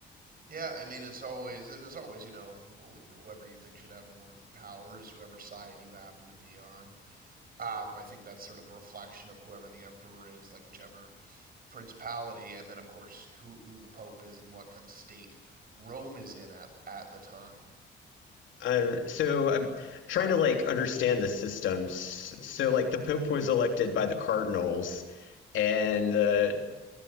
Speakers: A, on the right; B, on the left.
A: Yeah, I mean it's always and it's always you know wh- whoever you think should have more power is whoever side you happen to be on. Um, I think that's sort of a reflection of whoever the emperor is, like whichever principality, and then of course who who the pope is and what kind of state Rome is in at at the time.
B: Uh, so I'm trying to like understand the systems. So like the Pope was elected by the cardinals, and the